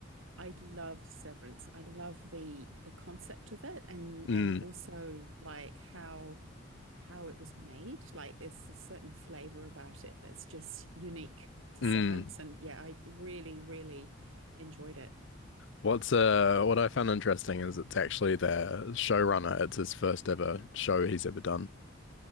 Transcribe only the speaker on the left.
Mm,
mm.
What's uh what I found interesting is it's actually the showrunner. It's his first ever show he's ever done.